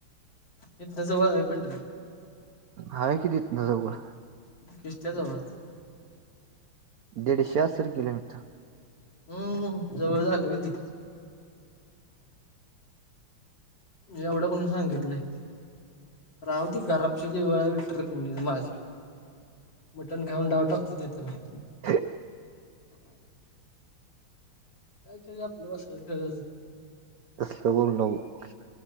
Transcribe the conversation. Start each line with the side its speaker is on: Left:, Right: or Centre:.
Left: इथनं जवळ आहे पंढरी.
Right: आहे कि तिथनं जवळ.
Left: किश्त्या जवळ?
Right: दीडशे असेल किलोमीटर.
Left: हम्म, जवळ झाले व्हय ते. मी एवढं कोणी सांगितलंय राहू दे घरापशी देऊळ आहे विठ्ठल रखुमाई? मटण खाऊन डाव टाकतो तिथ मी.
Right: ह. <inaudible>
Left: काय तरी आपल्यासारखर <unintelligible> <inaudible>
Right: तसलं बोलू नको.